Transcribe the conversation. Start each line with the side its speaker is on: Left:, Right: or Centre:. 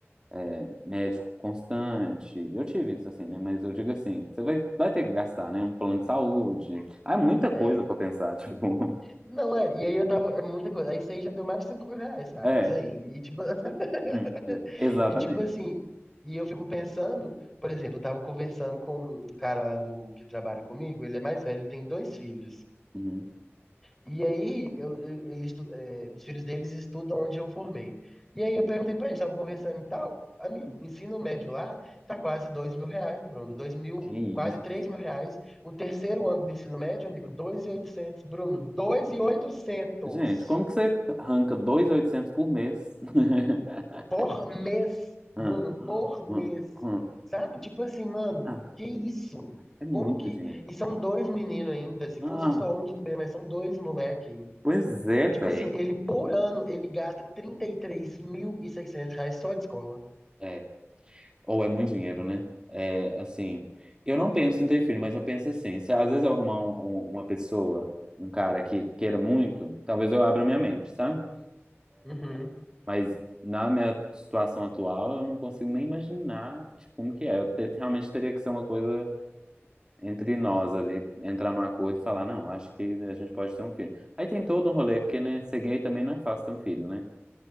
Right: é, médico constante. Eu tive isso assim, né? Mas eu digo assim, você vai, vai ter que gastar, né? Um plano de saúde. Ah, é muita
Centre: É.
Right: coisa pra pensar, <laughs> tipo.
Centre: Não, é, e aí eu tava, é muita coisa. Aí isso aí já deu mais de 5 mil reais, sabe?
Right: É,
Centre: Isso aí. E tipo, <laughs>
Right: Uhum. exatamente.
Centre: e tipo assim, e eu fico pensando, por exemplo, eu tava conversando com um cara lá do que trabalha comigo, ele é mais velho, ele tem dois filhos.
Right: Uhum.
Centre: E aí, eu, eu- ele estu- é, os filhos deles estudam onde eu formei. E aí eu perguntei pra eles, tava conversando e tal, amigo, ensino médio lá tá quase dois mil reais, Bruno, dois mil,
Right: Que isso.
Centre: quase três mil reais. O terceiro ano do ensino médio, amigo, dois mil e oitocentos, Bruno, dois mil e oitocentos
Right: Gente, como que você arranca 2.800 por mês? <laughs>
Centre: por mês,
Right: Ah,
Centre: Bruno,
Right: ah,
Centre: por mês.
Right: ah.
Centre: Sabe? Tipo assim, mano,
Right: Ah,
Centre: que isso?
Right: é muito
Centre: Como que...
Right: dinheiro.
Centre: E são dois meninos ainda, se
Right: Ah,
Centre: fosse só um, tudo bem, mas são dois moleque.
Right: pois é, velho.
Centre: Tipo assim, ele por ano ele gasta trinta e e três mil e seiscentos reais só de escola.
Right: É. Ou é muito dinheiro, né? É, assim, eu não penso em ter filho, mas eu penso assim, se às vezes eu arrumar um- um- uma pessoa, um cara que queira muito, talvez eu abra minha mente, sabe?
Centre: Uhum.
Right: Mas na minha situação atual, eu não consigo nem imaginar, tipo, como que é. Eu te- realmente teria que ser uma coisa entre nós ali, entrar num acordo e falar, não, acho que a gente pode ter um filho. Aí tem todo um rolê, porque, né, ser gay também não é fácil ter um filho, né?